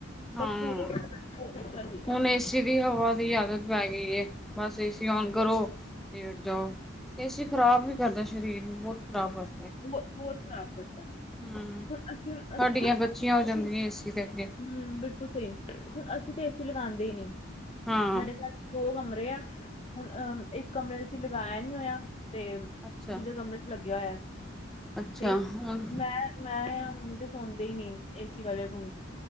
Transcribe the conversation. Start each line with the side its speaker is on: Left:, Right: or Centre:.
Centre: ਹਾਂ
Left: ਪਰ ਕੂਲਰ ਬਹੁਤ ਅੱਛਾ ਸੀ
Centre: ਹੁਣ ਏਸੀ ਦੀ ਹਵਾ ਦੀ ਆਦਤ ਪੈ ਗਈ ਏ ਬਸ ਏਸੀ ਔਨ ਕਰੋ ਲੇਟ ਜਾਓ ਏਸੀ ਖ਼ਰਾਬ ਵੀ ਕਰਦੈ ਸਰੀਰ ਨੂੰ ਬਹੁਤ ਖ਼ਰਾਬ ਕਰਦਾ
Left: ਬਹੁ ਬਹੁਤ ਖ਼ਰਾਬ ਕਰਤਾ
Centre: ਹੂੰ
Left: ਹੁਣ ਅਸੀਂ ਅਸੀਂ
Centre: ਹੱਡੀਆਂ ਕੱਚੀਆਂ ਹੋ
Left: ਅਸੀਂ
Centre: ਜਾਂਦੀਆਂ
Left: ਹਮ
Centre: ਏਸੀ ਦੇ ਅੱਗੇ
Left: ਬਿਲਕੁਲ ਸਹੀ ਹੁਣ ਅਸੀਂ ਤੇ ਲਗਾਉਂਦੇ ਹੀ ਨੀ
Centre: ਹਾਂ
Left: ਸਾਡੇ ਘਰ ਦੋ ਕਮਰੇ ਹੁਣ ਅਹ ਇੱਕ ਕਮਰੇ, ਏਸੀ ਲਗਾਇਆ ਨੀ ਹੋਇਆ? ਤੇ ਦੂਜੇ
Centre: ਅੱਛਾ
Left: ਕਮਰੇ ਚ, ਲੱਗਿਆ ਹੋਇਆ।
Centre: ਅੱਛਾ
Left: ਤੇ,
Centre: ਹੁਣ
Left: ਮੈਂ -ਮੈਂ ਆ ਹੁਣ ਤੇ ਸੌਦੇ ਇ ਨੀ, ਏਸੀ ਵਾਲੇ ਰੂਮ ਚ